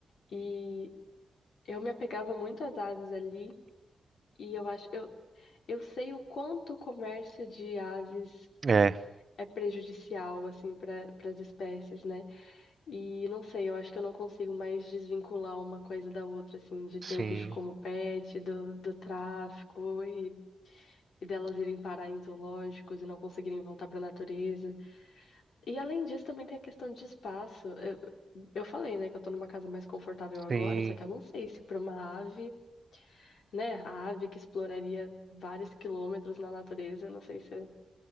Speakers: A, on the left; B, on the right.
A: E eu me apegava muito às aves ali, e eu acho, eu, eu sei o quanto o comércio de aves
B: É,
A: é prejudicial, assim, para as espécies, né? E não sei, eu acho que eu não consigo mais desvincular uma coisa da outra, assim, de ter
B: sim,
A: o bicho como pet, do, do tráfico e, e delas irem parar em zoológicos e não conseguirem voltar para a natureza. E além disso, também tem a questão de espaço. Eu, eu falei, né, que eu tô numa casa mais confortável agora,
B: sim,
A: só que eu não sei se para uma ave, né, a ave que exploraria vários quilômetros na natureza, eu não sei se é